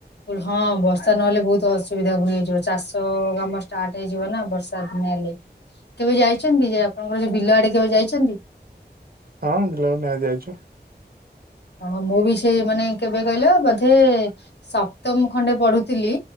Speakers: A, on the left (about 75°); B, on the right (about 60°).
A: <unintelligible> ହଁ ବର୍ଷା ନହେଲେ ବହୁତ ଅସୁବିଧା ପୁଣି ହେଇଯିବ, ଚାଷ କାମ ଷ୍ଟାର୍ଟ ହେଇଯିବ ନା ବର୍ଷା ଦିନ ହେଲେ।
B: ହ
A: କେବେ ଯାଇଛନ୍ତି, ଯେ ଆପଣଙ୍କର ଯେ ବିଲ ଆଡେ କେବେ ଯାଇଛନ୍ତି?
B: ହଁ ବିଲକୁ ନା ଯାଇଛୁ।
A: ହଁ ମୁଁ ବି ସେଇ ମାନେ କେବେ କହିଲ ବୋଧେ ସପ୍ତମ ଖଣ୍ଡେ ପଢୁଥିଲି